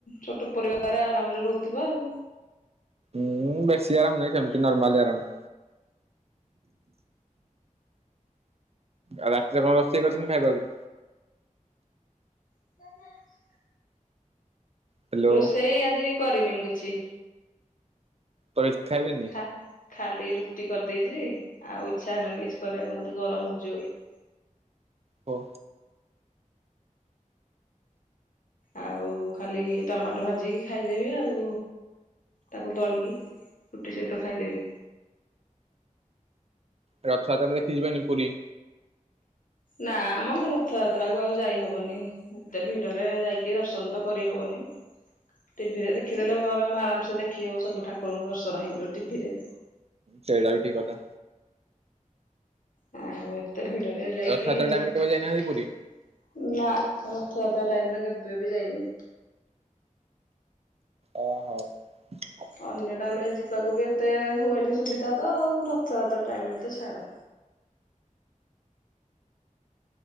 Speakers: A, on the left; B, on the right.
A: ଛୋଟ ପରିବାର, ଆରାମରେ ରହୁଥିବ ଆଉ।
B: ଉୁଁ ବେଶି ଆରାମ ନାହିଁ, ସେମିତି ନର୍ମାଲି ଆରାମ। ଆଉ ରାତିରେ କଣ ରୋଷେଇ କରିଛନ୍ତି ଖାଇବାକୁ?
A: <inaudible>
B: ହ୍ୟାଲୋ
A: ରୋଷେଇ ଆଜି କରିନି ମୁଁ କିଛି।
B: ପରେ ଖାଇବେନି
A: ଖା ଖାଲି ରୁଟି କରିଦେଇଛି ଆଉ ଇଚ୍ଛା ହେଲାନି କିଛି କରିବାକୁ ମତେ ଗରମ ହଉଛି ବୋଲି
B: ହଉ।
A: ଆଉ ଖାଲି ଟମାଟୋ ଭାଜିକି ଖାଇଦେବି ଆଉ ତାକୁ ଦଳିକି ରୁଟି ସହିତ ଖାଇଦେବି।
B: ରଥଯାତ୍ରା ଦେଖିଯିବାନି ପୁରୀ
A: ନା ମ ରଥଯାତ୍ରା କୁ ଆଉ ଯାଇ ହବନି ଏତେ ଭିଡରେ ଯାଇକି ଦର୍ଶନ ତ କରିହବନି। ଟିଭିରେ ଦେଖିଦେଲେ ବରଂ ଆରାମସେ ଦେଖି ହବ ସବୁ ଠାକୁରଙ୍କୁ ଦର୍ଶନ ହେଇଯିବ ଟିଭିରେ
B: ସେଇଟା ବି ଠିକ କଥା
A: ଆଉ ଏତେ ଭିଡରେ ଯାଇକି
B: ରଥଯାତ୍ରା
A: ନା
B: ଟାଇମ ରେ କେବେ ଯାଇନାହାନ୍ତି ପୁରୀ?
A: ରଥଯାତ୍ରା ଟାଇମରେ କେବେ ବି ଯାଇନି?
B: ଓହୋ ଅପ୍
A: ଅନ୍ୟ ଟାଇମରେ ଯିବାକୁ ବି ଏତେ ହୁଏନି ସୁବିଧା ତ ଆଉ ରଥଯାତ୍ର ଟାଇମରେ ତ ଛାଡ